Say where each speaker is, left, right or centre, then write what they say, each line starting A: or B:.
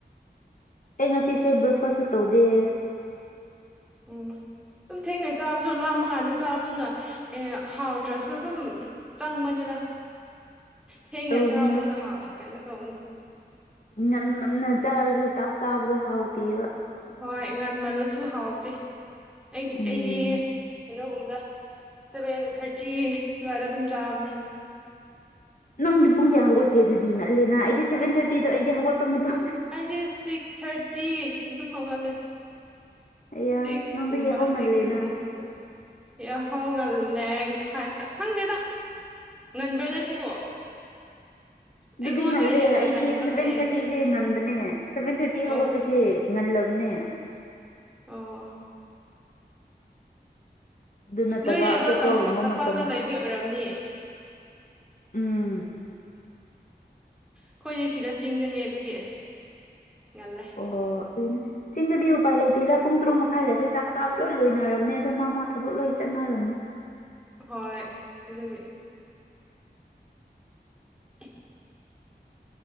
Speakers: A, on the left; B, in the centre.
A: ꯉꯥꯁꯤꯁꯦ ꯕ꯭ꯔꯣꯛꯐꯥꯁꯁꯨ ꯇꯧꯗꯦ
B: ꯎꯝ ꯑꯗꯨꯝ ꯊꯦꯡꯅꯩ ꯆꯥꯕꯁꯨ ꯂꯥꯝꯕ ꯀꯥꯟꯗ ꯆꯥꯕꯗꯨꯅ ꯑꯦ ꯍꯥꯎꯗ꯭ꯔꯁꯨ ꯑꯗꯨꯝ ꯆꯪꯕꯅꯤꯅ ꯊꯦꯡꯅ
A: ꯇꯧꯕꯅꯦ
B: ꯆꯥꯕꯗꯨꯅ
A: ꯍꯣꯏ
B: ꯍꯥꯎ ꯀꯩꯅꯣ ꯇꯧꯕꯅꯦ
A: ꯉꯟ ꯃꯟꯅ ꯆꯥꯔꯁꯨ ꯆꯥꯛ ꯆꯥꯕꯗꯣ ꯍꯥꯎꯇꯦꯕ
B: ꯍꯣꯏ ꯉꯟꯃꯜꯂꯁꯨ ꯍꯥꯎꯇꯦ ꯑꯩ
A: ꯎꯝ
B: ꯑꯩꯗꯤ ꯀꯩꯅꯣꯒꯨꯝꯕꯗ ꯁꯚꯦꯟ ꯊꯥꯔꯇꯤ ꯑꯗꯨꯋꯥꯏꯗ ꯑꯗꯨꯝ ꯆꯥꯕꯅꯦ
A: ꯅꯪꯗꯤ ꯄꯨꯡ ꯀꯌꯥ ꯍꯧꯒꯠꯀꯦ ꯑꯗꯨꯗꯤ ꯉꯜꯂꯦꯅ ꯑꯩꯗꯤ ꯁꯚꯦꯟ ꯊꯥꯔꯇꯤꯗꯣ ꯑꯩꯗꯤ ꯍꯧꯒꯠꯄ ꯃꯇꯝ
B: ꯁꯤꯁ ꯊꯥꯔꯇꯤ ꯑꯗꯨ ꯍꯧꯒꯦ
A: ꯑꯌꯥ
B: ꯁꯤꯛꯁ
A: ꯅꯪꯗꯤ
B: ꯀꯨꯝꯕ
A: ꯌꯥꯍꯧ
B: ꯁꯤꯛꯁ
A: ꯉꯜꯂꯦꯅ
B: ꯊꯔꯇꯤꯒꯨꯝꯕ ꯌꯥꯍꯧ ꯉꯜꯂꯦ ꯍꯥꯏ ꯈꯪꯗꯦꯗ ꯉꯟꯕ꯭ꯔꯅ ꯁꯤꯕꯣ
A: ꯑꯗꯨꯗꯤ
B: ꯑꯩꯉꯣꯟꯗꯒꯤ
A: ꯉꯜꯂꯦ
B: ꯍꯦꯟꯅ
A: ꯑꯩꯗꯤ
B: ꯉꯟꯕ
A: ꯁꯚꯦꯟ
B: ꯂꯩꯌꯦ
A: ꯊꯥꯔꯇꯤꯁꯦ ꯉꯟꯕꯅꯦ ꯁꯚꯦꯟ ꯊꯥꯔꯇꯤ
B: ꯑꯣ
A: ꯍꯧꯒꯠꯄꯁꯦ ꯉꯜꯂꯕꯅꯦ
B: ꯑꯥ
A: ꯑꯗꯨ ꯅꯠꯇꯕ
B: ꯅꯣꯏꯗꯤ
A: ꯑꯇꯣꯞꯄꯒꯨꯝꯕ
B: ꯑꯗꯣ ꯇꯝꯄꯥꯛ ꯇꯝꯄꯥꯛꯇ
A: ꯃꯇꯝꯗꯗꯤ
B: ꯂꯩꯕꯤ ꯑꯣꯏꯔꯝꯅꯤ
A: ꯎꯝ
B: ꯑꯩꯈꯣꯏꯅꯦ ꯁꯤꯗ ꯆꯤꯡꯗꯅꯦ ꯑꯗꯨꯒꯤ ꯉꯜꯂꯦ
A: ꯑꯣ ꯑꯗꯨꯅꯦ ꯆꯤꯡꯗꯗꯤ ꯎꯄꯥꯏ ꯂꯩꯇꯦꯗ ꯄꯨꯡ ꯇꯔꯨꯛ ꯃꯈꯥꯏꯒꯁꯦ ꯆꯥꯛ ꯆꯥꯕ ꯂꯣꯏ ꯂꯣꯏꯅꯔꯔꯕꯅꯦ ꯑꯗꯣ ꯃꯥ ꯃꯥ ꯊꯕꯛ ꯂꯣꯏ ꯆꯠꯅꯔꯝꯅꯦ
B: ꯍꯣꯏ ꯑꯗꯨꯒꯤ <inaudible>